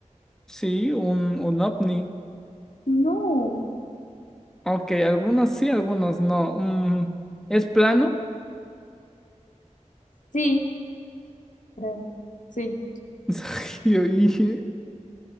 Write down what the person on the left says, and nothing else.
No.
Sí, creo. Sí.